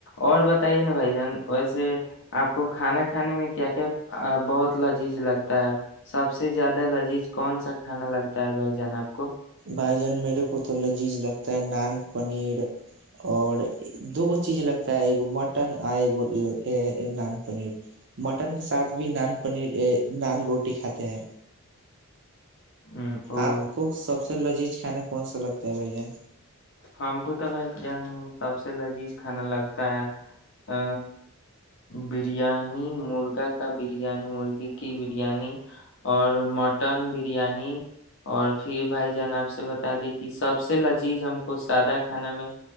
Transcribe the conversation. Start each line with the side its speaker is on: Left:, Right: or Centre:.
Left: اور بتائیے نا بھائی جان ویسے آپ کو کھانا کھانے میں کیا کیا بہت لذیذ لگتا ہے سب سے زیادہ لذیذ کون سا کھانا لگتا ہے بھائی جان آپ کو
Right: بھائی جان میرے کو تو لذیذ لگتا ہے نان پنیر اور دو گ چیز لگتا ہے ایک مٹن اور ایک نان پنیر مٹن کے ساتھ بھی نان پنیر نان روٹی کھاتے ہیں
Left: ہ او
Right: آپ کو سب سے لذیذ کھانا کون سا لگتا ہے بھائی جان
Left: ہم کو تو بائی ج سب سے لذیذ کھانا لگتا ہے ا بریانی مرغا کا بریانی مرغی کی بریانی اور مٹن بریانی اور پھر بھائی جان آپ سے ب دیکھی سب سے لذیذ ہم کو کو سادہ کھانا میں